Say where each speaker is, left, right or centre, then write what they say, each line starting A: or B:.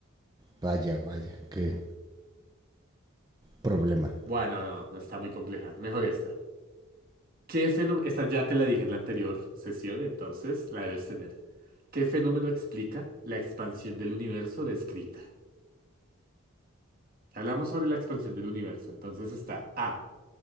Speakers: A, on the right (about 20°); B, on the right (about 40°).
A: Vaya, vaya, qué problema.
B: Bueno, no, no, está muy compleja. Mejor esta. ¿Qué fenómeno? Esta ya te la dije en la anterior sesión, entonces la debes tener. ¿Qué fenómeno explica la expansión del universo descrita? Hablamos sobre la expansión del universo, entonces está A,